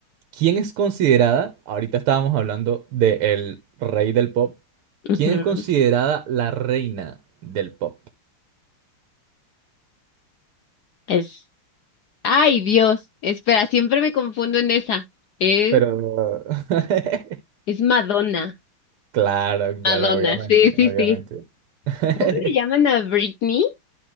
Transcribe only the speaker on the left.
ujú.
Es. Ay, Dios. Espera, siempre me confundo en esa. Es,
es Madonna.
Madonna,
sí, sí,
sí.
¿Cómo le llaman a Britney?